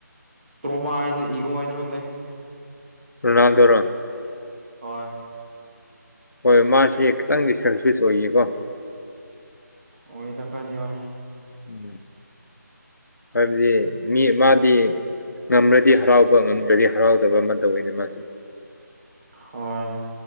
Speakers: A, on the right; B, on the left.
A: ꯇ꯭ꯔꯣꯃꯥ ꯍꯥꯏꯁꯦ ꯏꯒꯣ ꯍꯥꯏꯁꯤꯔꯈꯪꯗꯦ
B: ꯔꯣꯅꯥꯜꯗꯣꯜ ꯔꯣ
A: ꯍꯣꯏ
B: ꯍꯣꯏ ꯃꯥꯁꯦ ꯈꯤꯇꯪꯗꯤ ꯁꯦꯜꯐꯤꯁ ꯑꯣꯏꯌꯦꯀꯣ
A: ꯑꯣꯏꯗ ꯈꯔꯥꯗꯤ ꯑꯣꯏ
B: ꯎꯝ ꯍꯥꯏꯕꯗꯤ ꯃꯤ ꯃꯥꯗꯤ ꯉꯝꯃꯗꯤ ꯍꯔꯥꯎꯕ ꯉꯝꯗ꯭ꯔꯗꯤ ꯍꯔꯥꯎꯗꯕ ꯑꯃ ꯇꯧꯋꯤꯅꯦ ꯃꯥꯁꯦ
A: ꯍꯣꯏ